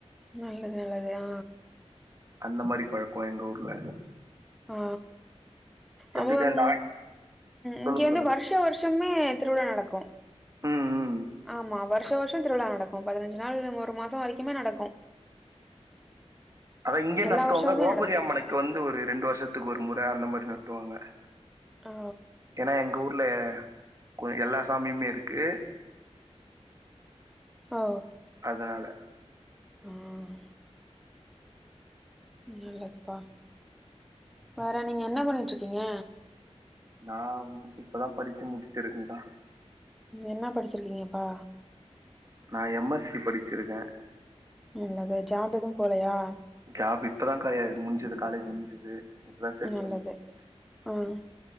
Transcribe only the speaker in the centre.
நல்லது நல்லது ஆ
ஆ
அ ம்
இங்க வந்து
வருஷ வருஷ ஷமே திருவிழா நடக்கு
ஆமா வருஷ வருஷோ திருவிழா நடக்கு பதினஞ்சு நாள் ஒரு மாசம் வரைக்குமே நடக்கு
எல்லா
வருஷமுமே
நடக்கு
ஆ
ஓ
ம் நல்லதுப்பா வேற நீங்க என்ன பண்ணிட்டு இருக்கீங்க
என்ன படிச்சிருக்கீங்கப்பா
நல்லது ஜாப் எதுவு போலயா
நல்லது
ம்